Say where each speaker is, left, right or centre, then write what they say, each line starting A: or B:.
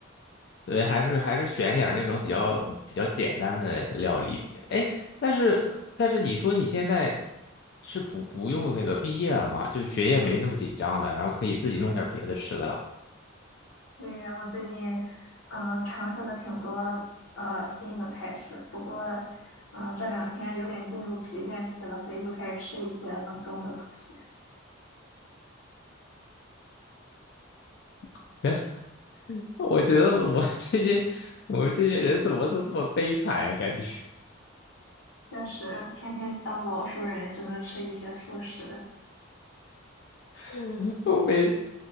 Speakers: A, on the left; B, on the left.
A: 对，还是还是选点儿那种比较比较简单的料理。哎，但是但是你说你现在是不不用那个毕业了嘛，就学业没那么紧张了，然后可以自己弄点儿别的吃的了。
B: 所以我最近嗯、呃尝试了挺多呃新的菜式，不过嗯、呃这两天有点进入疲倦期了，所以又开始吃一些冷冻的东西。
A: <laughs> 别的，<laughs> 我觉得我这些我们这些人怎么都这么悲惨啊？感觉
B: 确实，天天当老熟人，只能吃一些素食。
A: <laughs> 我每